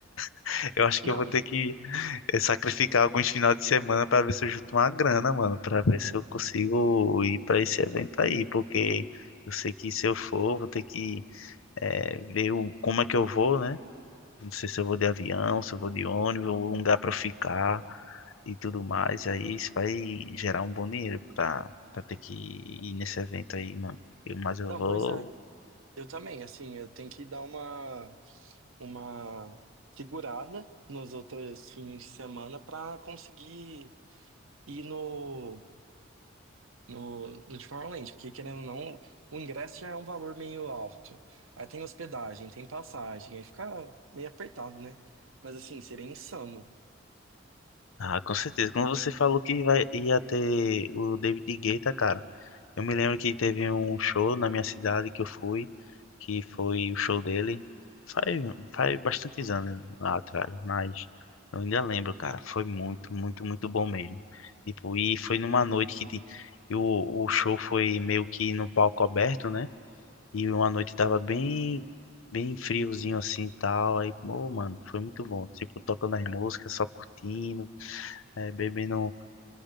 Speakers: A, on the left; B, on the right.
A: <laughs> eu acho que
B: Não,
A: eu vou ter que é sacrificar alguns finais de semana para ver se eu junto uma grana, mano, para ver se eu consigo ir para esse evento aí, porque eu sei que se eu for, vou ter que é, ver o, como é que eu vou, né? Não sei se eu vou de avião, se eu vou de ônibus, um lugar para eu ficar e tudo mais. Aí isso vai gerar um bom dinheiro para para ter que ir nesse evento aí, mano. Eu- Mas eu
B: não,
A: vou.
B: pois é. Eu também, assim, eu tenho que dar uma, uma segurada nos outros fins de semana pra conseguir ir no, no, no de Tomorrowland, porque querendo ou não, o ingresso já é um valor meio alto. Aí tem hospedagem, tem passagem, aí fica meio apertado, né? Mas assim, seria insano.
A: Ah, com certeza. Quando você falou que vai, ia ter o David Guetta, cara. Eu me lembro que teve um show na minha cidade que eu fui, que foi o show dele faz, faz bastantes anos lá atrás, mas eu ainda lembro, cara, foi muito, muito, muito bom mesmo. Tipo, e foi numa noite que ti- e o, o show foi meio que num palco aberto, né? E uma noite tava bem, bem friozinho assim e tal. Aí, pô, mano, foi muito bom. Tipo, tocando as músicas, só curtindo, eh, bebendo